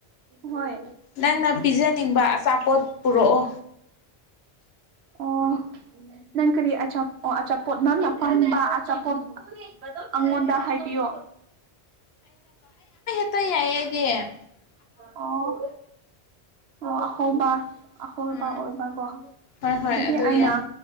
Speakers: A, on the right; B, on the left.
A: ꯍꯣꯏ
B: ꯅꯪꯅ ꯄꯤꯖꯅꯤꯡꯕ ꯑꯆꯥꯄꯣꯠ ꯄꯨꯔꯛꯑꯣ
A: ꯑꯣ ꯅꯪ ꯀꯔꯤ ꯑꯆꯥ ꯑꯆꯥꯄꯣꯠ ꯅꯪ ꯅꯅꯥꯄꯟꯕ ꯑꯆꯥꯄꯣꯠ ꯑꯩꯉꯣꯟꯗ ꯍꯥꯏꯕꯤꯌꯣ
B: ꯑꯠꯇ ꯑꯩꯗꯤꯦ
A: ꯑꯣ ꯑꯣ ꯑꯍꯧꯕ ꯑꯍꯣꯕ
B: ꯎꯝ
A: ꯑꯣꯏꯕ ꯀꯣ
B: ꯍꯣꯏ ꯍꯣꯏ
A: ꯑꯗꯨꯗꯤ
B: ꯑꯗꯨ
A: ꯑꯩꯅ
B: ꯌꯥꯏ